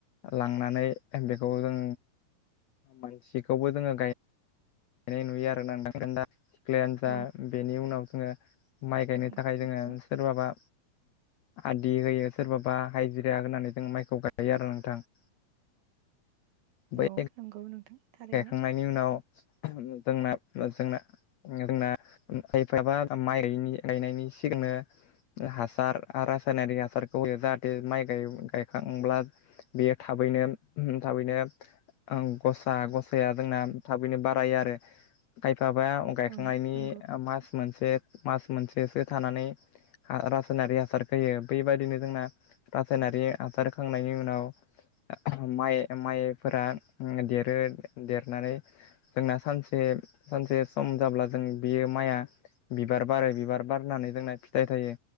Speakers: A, on the left (about 85°); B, on the right (about 75°).
A: लांनानै बेखौ जों मानसिखौबो जोङो गाय नाय नुयो आरो ना नोंथां। क्लायानो जा
B: औ
A: बेनि उनाव जोङो माइ गायनो
B: नंगौ
A: थाखाय जोङो
B: नोंथां
A: सोरबाबा आदि होयो सोरबाबा हाइजिरा होनानै जों माइखौ गायो आरो नोंथां। <inaudible> बै
B: औ नंगौ नोंथां। थारैनो
A: गायखांनायनि उनाव जोंना जोंना जोंना <unintelligible> ओ हासार रासायनारि हासारखौ होयो जाहाथे माइ गाय- गायखांब्ला बेयो थाबैनो थाबैनो आं गस सा गसाया जोंना थाबैनो बारायो आरो। खाय फाबा गायखांनायनि
B: औ नंगौ नोंथां
A: मास मोनसे मास मोनसेसो थानानै रासायनारि हासार होयो बेबायदिनो जोंना रासायनारि हासार होखांनायनि उनाव माइ माइफोरा देर रो देरनानै जोंना सानसे सानसे सम जाब्ला जों बियो माइआ बिबार बारो बिबार बारनानै जोंना फिथाइ थायो